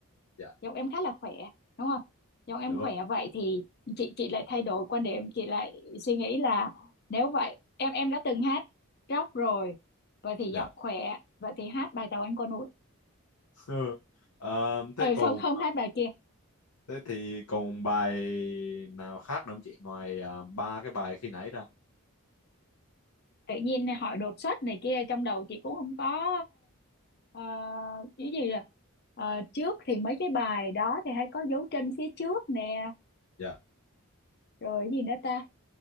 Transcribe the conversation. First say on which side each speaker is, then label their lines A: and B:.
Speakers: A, on the left; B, on the left.
A: dạ
B: giọng em khá là khỏe đúng không giọng em
A: dạ
B: khỏe
A: vâng
B: vậy thì chị chị lại thay đổi quan điểm chị lại suy nghĩ là nếu vậy em em đã từng hát rock rồi vậy thì
A: dạ
B: giọng khỏe vậy thì hát bài Tàu Anh Qua Núi
A: <laughs> Ờ, thế
B: ừ
A: còn
B: không không hát bài kia
A: Thế thì còn bài nào khác nữa không chị ngoài à, ba cái bài khi nãy ra?
B: tự nhiên hỏi đột xuất này kia trong đầu chị cũng không có ờ, cái gì là ờ, trước thì mấy cái bài đó thì hay có dấu chân phía trước nè
A: Dạ.
B: rồi cái gì nữa ta